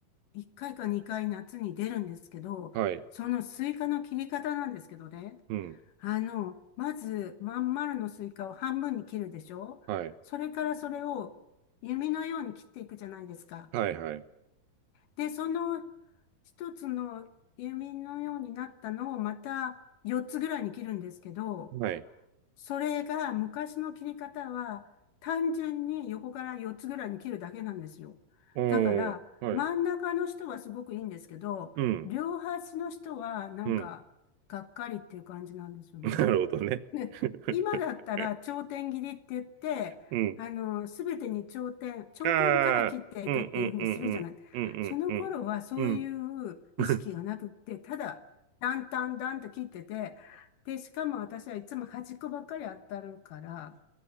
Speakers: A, on the left; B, on the right.
A: 1回か2回夏に出るんですけど、
B: はい。
A: そのスイカの切り方なんですけどね。
B: うん。
A: あの、まず、まん丸のスイカを半分に切るでしょそれからそれを弓のように切っていくじゃないですか。
B: はい。はいはい。
A: で、その一つの弓のようになったのをまた4つぐらいに切るんですけど、
B: はい。
A: それが昔の切り方は単純に横から4つぐらいに切るだけなんですよ。
B: おー、
A: だから真ん中の人はすごくいいんですけど、
B: はい。うん、
A: 両端の人はなんかがっかりっていう感じなんですよね。
B: うん。<laughs> なるほどね。
A: ね、
B: <laughs>
A: 今だったら頂点切りって言って、
B: うん。
A: あの、すべてに頂点、頂点から切っていくっていうふうにするじゃない。
B: ああ、うんうんうんうん。うんうんうん。
A: その頃はそういう意識がなくって、
B: うん。<laughs>
A: ただ、だんだんだんと切ってて、で、しかも私はいつも端っこばっかり当たるから、